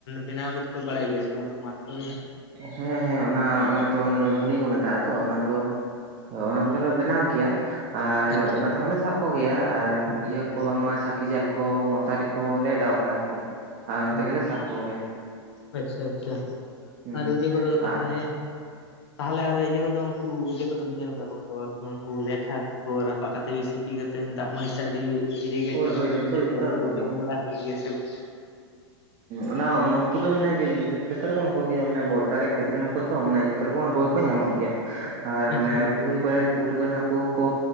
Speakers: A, on the left (about 65°); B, on the right (about 40°).
A: ᱵᱮᱱᱟᱣ ᱫᱚ ᱠᱚ ᱵᱟᱲᱟᱭ ᱜᱮᱭᱟ ᱥᱮ ᱵᱟᱝ ᱢᱟᱫ ᱠᱚᱨᱮ
B: ᱦᱮᱸ ᱦᱮᱸ ᱚᱱᱟ ᱚᱱᱟ ᱛᱚ ᱚᱱᱟ ᱫᱚ ᱜᱷᱩᱱᱤ ᱠᱚ ᱢᱮᱛᱟᱜᱼᱟ ᱛᱚ ᱚᱱᱟ ᱫᱚ ᱚ ᱚᱱᱟ ᱠᱚ ᱫᱚ ᱞᱮ ᱵᱮᱱᱟᱣ ᱜᱮᱭᱟ ᱟᱨ
A: ᱟᱪᱪᱷᱟ
B: ᱚᱱᱟ ᱛᱮᱦᱚᱸ ᱞᱮ ᱥᱟᱵ ᱠᱚ ᱜᱮᱭᱟ ᱟᱨ
A: ᱟᱪᱪᱷᱟ
B: ᱤᱭᱟᱹ
A: ᱟᱪᱪᱷᱟ
B: ᱠᱚ ᱱᱚᱣᱟ ᱪᱷᱟᱹᱠᱤ ᱡᱟᱞ ᱠᱚ ᱢᱚᱥᱟᱨᱤ ᱠᱚ ᱠᱚ ᱞᱮ ᱚᱰᱟᱣ ᱠᱟᱜᱼᱟ ᱟᱨᱠᱤ ᱟᱨ ᱚᱱᱟ
A: ᱦᱚᱸ
B: ᱛᱮ ᱜᱮᱞᱮ ᱥᱟᱵ ᱠᱚ ᱜᱮᱭᱟ
A: ᱟᱪᱪᱷᱟ ᱟᱪᱪᱷᱟ
B: ᱦᱩᱸ
A: ᱟᱨ ᱤᱭᱟᱹ ᱠᱚᱫᱚ
B: ᱟᱨ
A: ᱛᱟᱦᱚᱞᱮ ᱛᱟᱦᱚᱞᱮ ᱟᱨ ᱤᱭᱟᱹ ᱠᱚᱫᱚ ᱩᱱᱠᱩ ᱤᱭᱟᱹ ᱠᱚᱫᱚ ᱵᱤᱱ ᱧᱮᱞ ᱠᱟᱫ ᱠᱚᱣᱟ ᱥᱮ ᱵᱟᱝ ᱩᱱᱠᱩ ᱞᱮᱴ ᱦᱟᱠᱩ ᱠᱚ ᱨᱟᱯᱟᱜ ᱠᱟᱛᱮ ᱵᱤᱥᱤ ᱯᱤ ᱠᱟᱛᱮ ᱫᱟᱜ ᱢᱟᱹᱲᱤ ᱥᱟᱶ ᱟᱹᱰᱤ ᱤᱭᱟᱹ ᱜᱮ
B: ᱦᱳᱭ
A: ᱪᱚᱨᱚᱠ
B: ᱦᱳᱭ
A: ᱜᱮ
B: ᱡᱷᱚᱛᱚ
A: ᱵᱩᱡᱷᱟᱹᱜ ᱫᱚ
B: ᱡᱷᱚᱛᱚ
A: ᱚᱱᱟ
B: ᱦᱟᱹᱠᱩ
A: ᱫᱚ ᱡᱚᱢ
B: ᱜᱮ
A: ᱵᱟᱲᱟ ᱠᱟᱜ ᱜᱮᱭᱟ ᱥᱮ ᱵᱟᱝ?
B: ᱚᱱᱟ ᱩᱱᱠᱩ ᱫᱚ ᱢᱟᱱᱮ ᱡᱷᱚᱛᱚ ᱨᱚᱠᱚᱢ ᱦᱟᱹᱠᱩ ᱜᱮᱭᱟ ᱢᱟᱱᱮ ᱵᱚᱨᱥᱟ ᱨᱮ ᱠᱷᱮᱛ ᱨᱮᱱ ᱦᱟᱹᱠᱩ ᱛᱚ ᱢᱟᱱᱮ ᱡᱷᱚᱛᱚ ᱨᱚᱠᱚᱢ
A: ᱵᱟᱝ?
B: ᱦᱟᱠᱩ ᱜᱮᱠᱚ ᱧᱟᱢᱚᱜ ᱜᱮᱭᱟ, ᱟᱨ
A: ᱟᱪᱪᱷᱟ
B: ᱢᱟᱱᱮ
A: ᱟᱪᱪᱷᱟ
B: ᱯᱩᱠᱷᱨᱤ ᱠᱚᱨᱮᱱ ᱯᱩᱨᱤ ᱠᱚᱨᱮᱱ ᱦᱟᱹᱠᱩ ᱦᱚᱸᱠᱚ